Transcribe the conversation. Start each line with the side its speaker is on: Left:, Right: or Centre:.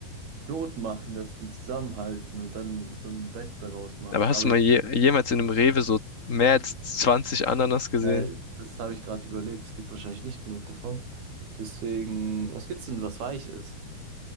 Right: Knoten machen, dass die zusammenhalten und dann so ein Bett daraus machen.
Left: Aber hast
Right: Aber
Left: du mal
Right: ich,
Left: je, jemals in einem Rewe so mehr als 20 Ananas gesehen?
Right: ja, das habe ich gerade überlegt. Es gibt wahrscheinlich nicht genug davon. Deswegen, was gibt's denn, was weich ist?